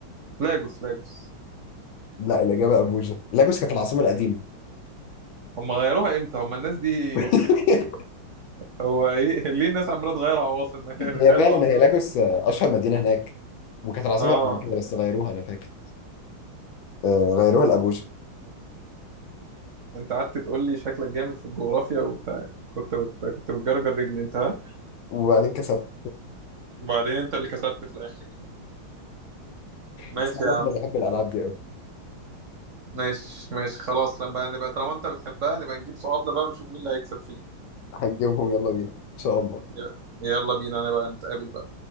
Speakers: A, on the right; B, on the left.
A: لاجوس لاجوس
B: لا الإجابة أبوجا لاجوس كانت العاصمة القديمة
A: هم غيروها امتى هم الناس دي
B: <laughs>
A: هو ايه <laughs> ليه الناس عماله تغير عواصم <laughs> ما هي
B: هي
A: خلوا
B: فعلا
A: العاصمه
B: هي لاجوس
A: بتاعتها.
B: آه، أشهر مدينة هناك وكانت العاصمة
A: اه
B: قبل كده بس غيروها أنا فاكر آه، غيروها لأبوجا
A: انت قعدت تقول لي شكلك جامد في الجغرافيا وبتاع كنت بت... كنت بتجرجر رجلي انت ها
B: وبعدين كسبت
A: وبعدين انت اللي كسبت في الاخر ماشي
B: بس عامة
A: يا عم
B: أنا بحب الألعاب دي أوي
A: ماشي ماشي خلاص لما نبقى طالما انت بتحبها نبقى نجيب صحابنا بقى ونشوف مين اللي هيكسب فين
B: هنجيبهم يلا بينا إن شاء الله
A: ي- يلا بينا نبقى نتقابل بقى